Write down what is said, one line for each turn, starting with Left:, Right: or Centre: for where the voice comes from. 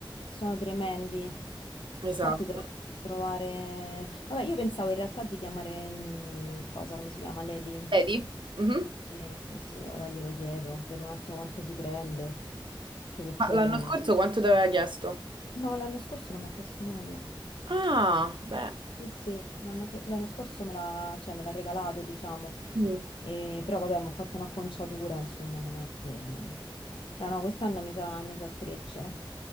Left: sono tremendi.
Right: esatto.
Left: Infatti dovremmo trovare... Vabbè, io pensavo in realtà di chiamare... mm, cosa, come si chiama? Lady.
Right: Vedi? Mhm.
Left: Sì, sì, sì, ora glielo chiedo, vedo un attimo quanto si prende, che perché...
Right: Ma l'anno scorso quanto ti aveva chiesto?
Left: No, l'anno scorso non mi ha chiesto nulla.
Right: Ah, beh.
Left: Sì, sì, l'anno chie- l'anno scorso me l'ha cioè, me l'ha regalato, diciamo.
Right: Mm,
Left: E- però vabbè, mi ha fatto un'acconciatura, insomma, non è che... Però no, quest'anno mi sa, mi sa trecce.